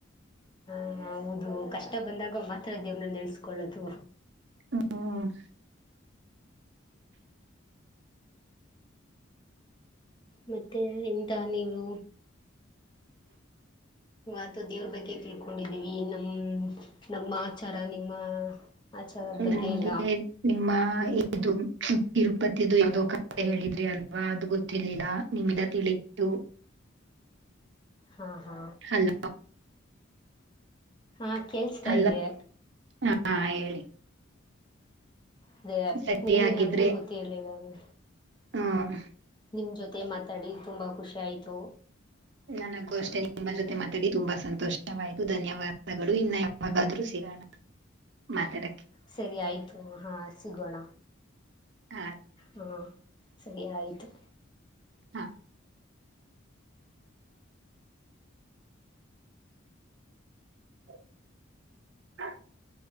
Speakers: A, on the left (about 20°); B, on the right (about 60°).
A: ಹ ಹೌದು ಕಷ್ಟ ಬಂದಾಗ ಮಾತ್ರ ದೇವರನ ನೆನಸ್ಕೊಳ್ಳೋದು.
B: ಹ್ಮ್ಮ್
A: ಮತ್ತೆ ಯಂತ ನೀವು ಆತ ದೇವ್ರ ಬಗ್ಗೆ ತಿಳ್ಕೊಂಡಿದ್ದೀವಿ ನಮ್ಮ ನಮ್ಮ ಆಚಾರ ನಿಮ್ಮ ಆಚಾರದ ಬಗ್ಗೆ
B: ನಂಗೆ
A: ಎಲ್ಲ
B: ನಿಮ್ಮಇದು ತಿರುಪತಿದು ಯಾವದ್ ಕಥೆ ಹೇಳಿದ್ರಿ ಅಲ್ವಾ ಅದು ಗೊತ್ತಿರ್ಲಿಲ್ಲ ನಿಮ್ಮಿಂದ ತಿಳಿತ್ತು.
A: ಹಾ ಹಾ
B: ಅಲ್ಲ
A: ಹಾ ಕೇಳಸ್ತಾ
B: ಅಲ್ಲ
A: ಇದೆ.
B: ಹಾ ಹೇಳಿ
A: ಅದೇ
B: ಸರಿ
A: ನಿಮ್
B: ಹಾಗಿದ್ರೆ
A: ನಮಗೂ ಬುದ್ದಿ ಹೇಳಿದ್ದಾನೆ.
B: ಹ್ಮ್
A: ನಿಮ್ಮ ಜೊತೆ ಮಾತಾಡಿ ತುಂಬ ಖುಷಿ ಆಯಿತು.
B: ನನಗೂ ಅಷ್ಟೇ ನಿಮ್ಮ ಜೊತೆ ಮಾತಾಡಿ ತುಂಬಾ ಸಂತೋಷ ವಾಯಿತು. ಧನ್ಯವಾದಗಳು ಇನ್ನ ಯಾವಾಗಾದ್ರೂ ಸಿಗೋಣ ಮಾತಾಡಕ್ಕೆ
A: ಸರಿ ಆಯ್ತು, ಹಾ ಸಿಗೋಣ
B: ಹಾ
A: ಹಾ ಸರಿ, ಆಯಿತು
B: ಹಾ <inaudible> ಹ <inaudible>